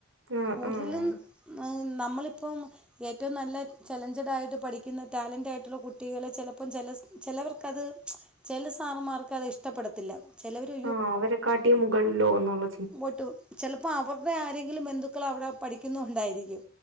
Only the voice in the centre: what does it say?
കൂടുതലും
ന്ന് നമ്മളിപ്പം. ഏറ്റവും നല്ല ചലഞ്ച് ടാലെന്റ്റയിട്ട് പഠിക്കുന്ന ടാലന്റായിട്ടുള്ള കുട്ടികള് ചെലപ്പം ചെല സ് ചെലവർക്കത് മ്മ്ച്. ചെലേ സാറമാർക്ക് അത് ഇഷ്ടപ്പെടത്തില്ല. ചിലവർ
മൂത്തു ചിലപ്പോ അവര്ടെ ആരെങ്കിലും ബന്ധുക്കൾ അവിടെ പഠിക്കുന്നു ഉണ്ടായിരിക്കും.